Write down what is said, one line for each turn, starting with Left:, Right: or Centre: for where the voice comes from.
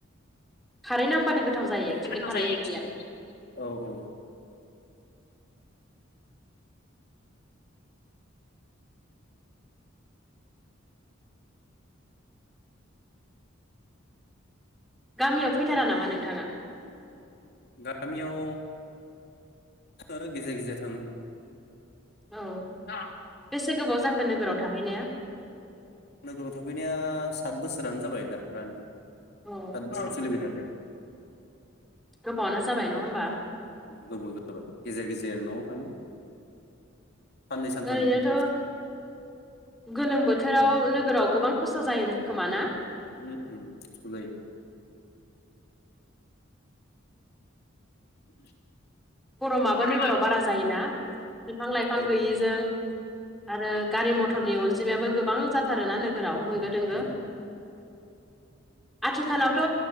Centre: खारै नांबानो गोथाव जायो एक्सुलि
Left: गोथाव
Centre: खारै
Left: जायो
Centre: ओंख्रिया
Left: औ औ।
Centre: गामियाव फैथारा नामा नोंथाङा?
Left: गामियाव गेजेर गेजेर थाङो।
Centre: औ।
Left: अ।
Centre: बेसे गोबाव जाखो नोगोराव थाहैनाया
Left: नोगोराव थाफैनाया साथ बोसोरानो जाबाय दा रानिं साथ
Centre: औ उम
Left: बोसोर
Centre: उम
Left: सोलिबाय थादो।
Centre: गोबावानो जाबाय नङा होमबा?
Left: गोबाव जाबाय गेजेर गेजेर न'आव थाङो। साननै सानथामनि
Centre: ओरैनोथ' गोलोम बोथोराव नोगोराव गोबां खस्थ' जायो खोमा ना।
Left: उ सदाय <inaudible>
Centre: गरमाबो
Left: गरमा
Centre: नोगोराव बारा जायोना बिफां लाइफां
Left: औ
Centre: गैयिजों आरो गारि मथरनि अनजिमायाबो गोबां जाथारोना नोगोराव होंगो दोंगो।
Left: औ
Centre: आथिखालावथ'